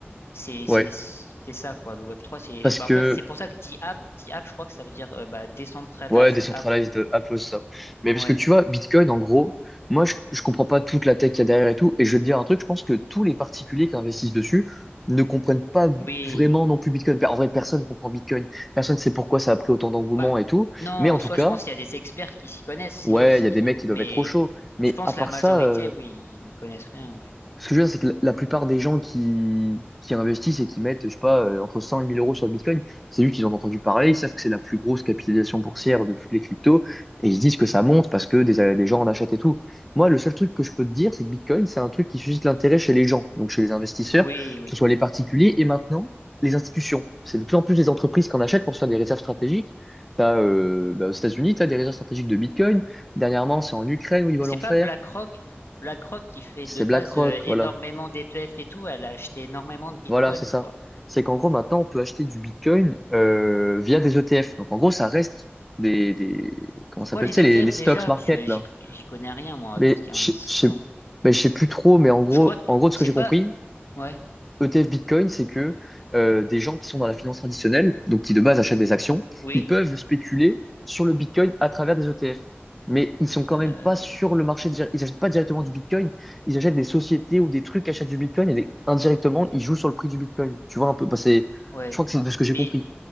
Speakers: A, on the left; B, in the centre.
A: c'est
B: Ouais.
A: c'est c'est ça quoi. Le Web trois, c'est,
B: Parce
A: bah,
B: que
A: en fait, c'est pour ça que DApp, DApp, je crois que ça veut dire euh, bah, decentralized
B: Ouais, décentralized
A: app.
B: Apple, ça. Mais
A: Ouais.
B: parce que tu vois, Bitcoin, en gros, moi, je, je comprends pas toute la tech qu'il y a derrière et tout. Et je vais te dire un truc, je pense que tous les particuliers qui investissent dessus ne comprennent pas
A: Oui.
B: vraiment non plus Bitcoin. Enfin, En vrai, personne comprend Bitcoin. Personne sait pourquoi ça a pris autant d'engouement
A: Bah,
B: et
A: n-
B: tout.
A: non,
B: Mais en tout
A: soit
B: cas,
A: je pense qu'il y a des experts qui s'y connaissent, sinon
B: ouais,
A: ici,
B: il y a des mecs qui doivent
A: mais
B: être trop chauds. Mais
A: je pense
B: à part
A: la majorité,
B: ça, euh,
A: oui, ils n'y connaissent rien, ouais.
B: ce que je veux dire, c'est que la la plupart des gens qui, qui investissent et qui mettent, je sais pas, euh, entre 100 et 1000 euros sur le Bitcoin, c'est juste qu'ils ont entendu parler, ils savent que c'est la plus grosse capitalisation boursière de toutes les cryptos, et ils se disent que ça monte parce que des, des gens en achètent et tout. Moi, le seul truc que je peux te dire, c'est que Bitcoin, c'est un truc qui suscite l'intérêt chez les gens, donc chez les investisseurs,
A: Oui,
B: que
A: oui.
B: ce soit les particuliers et maintenant les institutions. C'est de plus en plus des entreprises qui en achètent pour se faire des réserves stratégiques. T'as, euh, bah, aux États-Unis, tu as des réserves stratégiques de Bitcoin. Dernièrement, c'est en Ukraine où ils veulent
A: Mais c'est
B: en
A: pas
B: faire.
A: BlackRock. BlackRock qui fait
B: C'est
A: de base
B: BlackRock,
A: euh,
B: voilà.
A: énormément d'ETF et tout, elle a acheté énormément de Bitcoin,
B: Voilà, c'est
A: je
B: ça.
A: crois.
B: C'est qu'en gros, maintenant, on peut acheter du Bitcoin euh, via des ETF. Donc, en gros, ça reste des, des comment
A: C'est
B: ça
A: quoi
B: s'appelle,
A: les
B: tu sais,
A: ETF
B: les, les stocks
A: déjà?
B: market,
A: Parce que
B: là.
A: j'y j'y connais rien, moi,
B: Mais
A: à tout ce qui est investissement.
B: je je sais mais je sais plus trop, mais en gros,
A: Je crois que
B: en gros, de ce
A: c'est
B: que j'ai
A: pas,
B: compris,
A: ouais,
B: ETF Bitcoin, c'est que euh, des gens qui sont dans la finance traditionnelle, donc qui de base achètent des actions,
A: oui,
B: ils peuvent spéculer sur le Bitcoin à travers des ETF. Mais ils sont quand
A: euh,
B: même pas sur le marché, dir- ils achètent pas directement du Bitcoin, ils achètent des sociétés ou des trucs qui achètent du Bitcoin et des- indirectement,
A: ok,
B: ils jouent sur le prix du Bitcoin. Tu vois un peu, bah, c'est-
A: ouais.
B: je crois que c'est de ce que
A: Mais,
B: j'ai compris.